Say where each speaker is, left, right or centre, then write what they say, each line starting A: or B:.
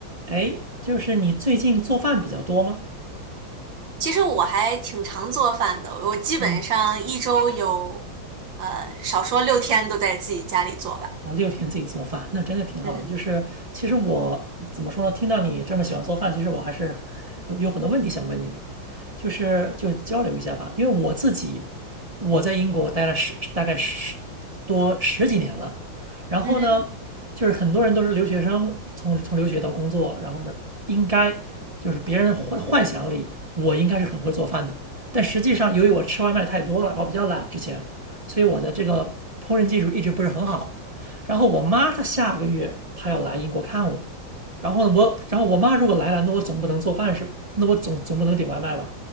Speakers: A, on the right; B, on the right.
A: 哎，就是你最近做饭比较多吗？
B: 其实我还挺常做饭的，我基本上一周有，
A: 嗯。
B: 呃，少说六天都在自己家里做吧。
A: 哦，六天自己做饭，那真的挺好的。
B: 嗯哼，
A: 就是其实我怎么说呢？听到你这么喜欢做饭，其实我还是有有很多问题想问你的，就是就交流一下吧。因为我自己我在英国待了十大概十多十几年了，然后呢，
B: 嗯
A: 就是很多人都是留学生，从从留学到工作，然后呢，应该就是别人幻幻想里我应该是很会做饭的，但实际上由于我吃外卖太多了，我比较懒之前，所以我的这个烹饪技术一直不是很好。然后我妈她下个月她要来英国看我，然后我，然后我妈如果来了，那我总不能做饭是，那我总总不能点外卖吧，